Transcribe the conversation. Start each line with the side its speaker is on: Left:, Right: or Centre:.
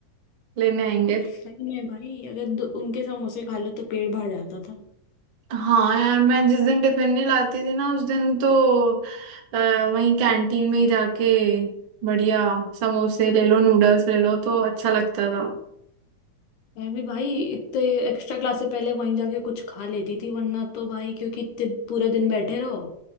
Right: लेने आएंगे
Left: सही में भाई अगर दो- उनके समोसे खा लो तो पेट भर जाता था
Right: हाँ यार मैं जिस दिन टिफिन नहीं लाती थी ना उस दिन तो अ, वहीं कैंटीन में ही जाके बढ़िया समोसे ले लो नूडल्स ले लो तो अच्छा लगता था
Left: मैं भी भाई इतने एक्स्ट्रा क्लास से पहले वहीं जाके कुछ खा लेती थी वरना तो भाई क्योंकि इतने पूरा दिन बैठे रहो